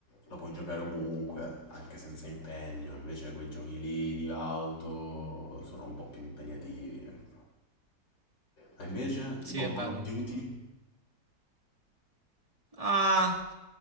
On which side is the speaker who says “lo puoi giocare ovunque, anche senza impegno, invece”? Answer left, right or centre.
Left